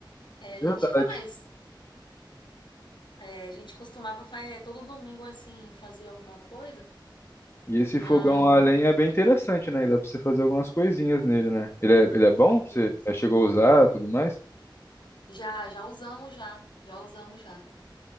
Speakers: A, on the left; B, on the left.
A: É, a
B: verdade.
A: gente faz. É, a gente costumava fazer todo domingo, assim, fazer alguma coisa,
B: E esse
A: mas
B: fogão a lenha é bem interessante, né? E dá pra você fazer algumas coisinhas nele, né? Ele é, ele é bom?
A: sim,
B: Você
A: sim.
B: já chegou a usar e tudo mais?
A: já, já usamos já. Já usamos já.